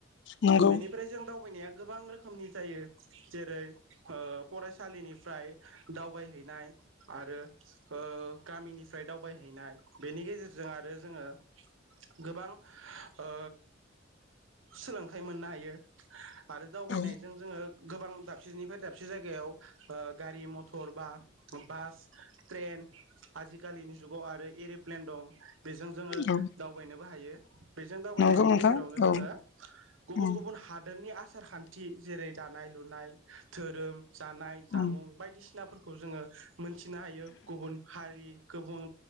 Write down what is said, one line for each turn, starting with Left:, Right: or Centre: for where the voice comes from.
Left: नंगौ
Right: बेनिफ्राय जों दावबायनाया गोबां रोखोमनि जायो। जेरै ओ फरायसालिनिफ्राय दावबायहैनाय आरो ओ गामिनिफ्राय दावबायहैनाय बेनि गेजेरजों आरो जोङो गोबां ओ सोलोंथाइ मोननो हायो आरो दावबायनायजों
Left: औ
Right: जोङो गोबां दाबसेनिफ्राय दाबसे जायगायाव ओ गारि मथर बा बास ट्रेन आजिखालिनि जुगाव आरो एरप्लेन दं। बेजों जोङो
Left: औ
Right: दावबायनोबो हायो। औ बेजों दावबायनायनि
Left: नंगौ नोंथां
Right: गेजेरावनो
Left: औ
Right: जोङो गुबुन
Left: उम
Right: गुबुन हादोरनि आस आसारखान्थि जेरै दानाय लुनाय धोरोम जानाय जामुं
Left: उम
Right: बायदिसिनाफोरखौ खौ जोङो मोनथिनो हायो गुबुन हारि गुबुन